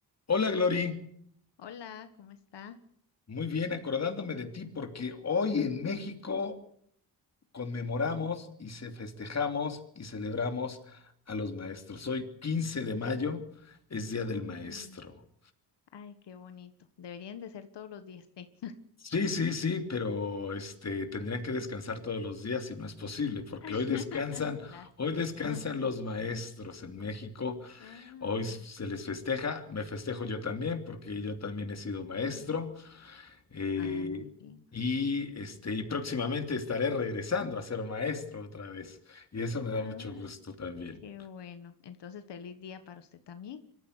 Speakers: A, on the left (about 40°); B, on the left (about 85°).
A: Hola Glory,
B: Hola, ¿cómo está?
A: muy bien, acordándome de ti porque hoy en México conmemoramos y se festejamos y celebramos a los maestros. Hoy 15 de mayo es Día del
B: Ah,
A: Maestro.
B: ay, qué bonito. Deberían de ser todos los días, sí.
A: Sí, sí, sí, pero este tendrían que descansar todos los días y no es posible porque
B: <laughs>
A: hoy descansan,
B: Lástima.
A: hoy descansan
B: <laughs>
A: los maestros en México.
B: Ah,
A: Hoy se les festeja, me festejo yo también porque yo también he sido maestro. Eh,
B: ah, muy bien.
A: y, este, y próximamente estaré regresando a ser maestro otra vez. Y eso me da
B: Ah,
A: mucho gusto también.
B: qué bueno. Entonces, feliz día para usted también.